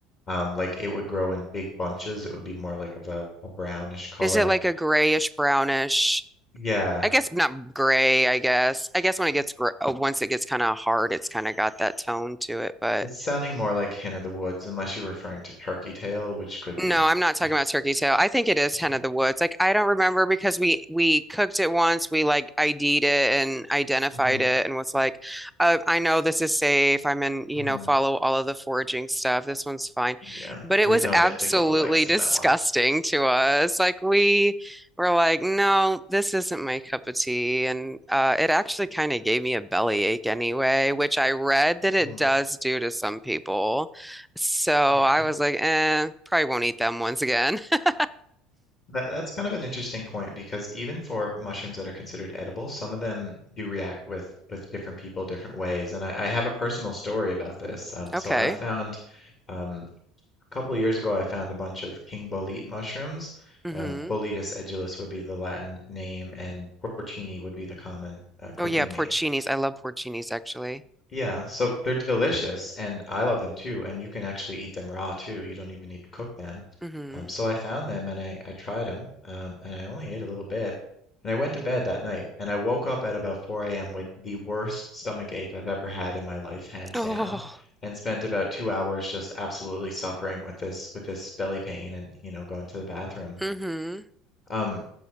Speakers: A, on the left; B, in the centre.
A: um like it would grow in big bunches. It would be more like of a, a brownish color.
B: Is it like a grayish brownish?
A: Yeah,
B: I guess not gray, I guess. I guess when it gets gr uh, once it gets kind of hard, it's kind of got that tone to it, but
A: it's sounding more like hen of the woods, unless you're referring to turkey tail, which could be.
B: No, I'm not talking
A: Yeah,
B: about turkey tail. I think it is
A: okay.
B: hen of the woods. Like I don't remember because we we cooked it once. We like ID'd it and identified
A: Mm-hmm.
B: it and was like, uh, I know this is safe. I'm in, you
A: Mm-hmm.
B: know, follow all of the foraging stuff. This one's fine.
A: Yeah,
B: But it
A: there's
B: was
A: no
B: absolutely
A: deadly lookalikes
B: <laughs>
A: to
B: disgusting
A: that one.
B: to us. Like we were like, no, this isn't my cup of tea. And uh, it actually kind of gave me a bellyache anyway, which I read that it
A: Mm,
B: does do to some people. So
A: yeah.
B: I was like, eh, probably won't eat them once again. <laughs>
A: That, that's kind of an interesting point because even for mushrooms that are considered edible, some of them do react with with different people different ways. And I, I have a personal story about this. Um,
B: Okay.
A: so I found um, a couple years ago, I found a bunch of king bolete mushrooms.
B: hmm
A: Um, Boletus edulis would be the Latin name, and porcini would be the common uh, cooking
B: Oh yeah, porcinis.
A: name.
B: I love porcinis actually.
A: Yeah, so they're delicious and I love them too. And you can actually eat them raw too. You don't even need to cook them.
B: hmm
A: Um, so I found them and I, I tried them um, and I only ate a little bit. And I went to bed that night and I woke up at about 4 a.m. with the worst stomach ache I've ever had in my life, hands
B: Oh.
A: down, and spent about two hours just absolutely suffering with this with this belly pain and you know going to the bathroom.
B: hmm
A: Um,